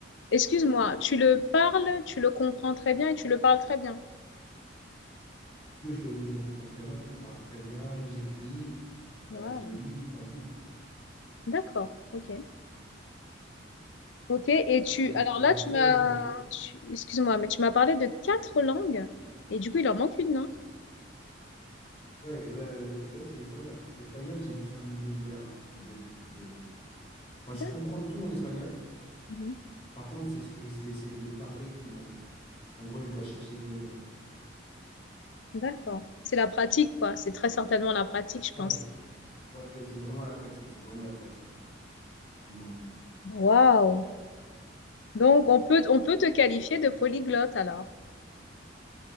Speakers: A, on the left (about 75°); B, on the left (about 30°).
A: excuse-moi, tu le parles, tu le comprends très bien et tu le parles très bien.
B: Oui, je le, je le comprends très bien, je le parle très bien, j'écris,
A: Waouh!
B: euh, je le lis, enfin tout.
A: D'accord. Ok. Ok. Et tu,
B: Ouais.
A: alors
B: Et
A: là,
B: après,
A: tu m'as,
B: donc,
A: tu- excuse-moi, mais tu m'as parlé de quatre langues et du coup, il en manque une, non?
B: ouais, ouais, l'autre, c'est l'espagnol. L'espagnol, c'est juste un niveau B1 ou B2. Enfin,
A: D'ac-
B: je comprends tout en espagnol.
A: mhm.
B: Par contre, c'est c'est- c'est- c'est le parler qui manque. En gros, je dois chercher mes mots.
A: D'accord. C'est la pratique, quoi. C'est très certainement la pratique, je pense.
B: Ouais, ouais, c'est c'est vraiment la pratique. C'est vraiment la pratique. qui manque.
A: Waouh. Donc, on peut, on peut te qualifier de polyglotte, alors.